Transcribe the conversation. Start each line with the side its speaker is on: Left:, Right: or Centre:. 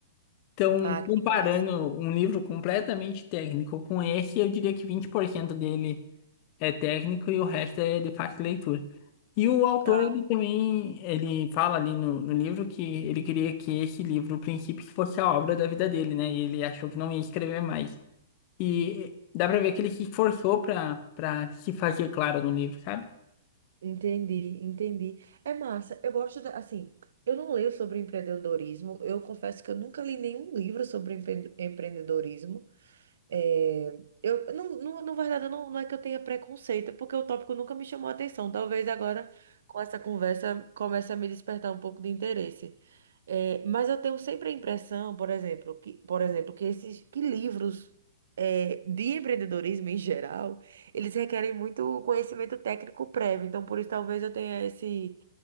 Left: então,
Right: Ah,
Left: comparando
Right: que massa.
Left: um livro completamente técnico com esse, eu diria que 20% dele é técnico e o resto é de fácil leitura. E o autor,
Right: Ah,
Left: ele também, ele fala ali no, no livro que ele queria que esse livro, o princípio, que fosse a obra da vida dele, né? E ele achou que não ia escrever mais. E dá pra ver que ele se esforçou pra, pra se fazer claro no livro, sabe?
Right: Entendi, entendi. É massa. Eu gosto da, assim, eu não leio sobre empreendedorismo. Eu confesso que eu nunca li nenhum livro sobre empre- empreendedorismo. É, eu, não, não, na verdade, não, não é que eu tenha preconceito, é porque o tópico nunca me chamou a atenção. Talvez agora, com essa conversa, comece a me despertar um pouco de interesse. É, mas eu tenho sempre a impressão, por exemplo, que, por exemplo, que esses que livros é, de empreendedorismo em geral, eles requerem muito conhecimento técnico prévio. Então, por isso, talvez eu tenha esse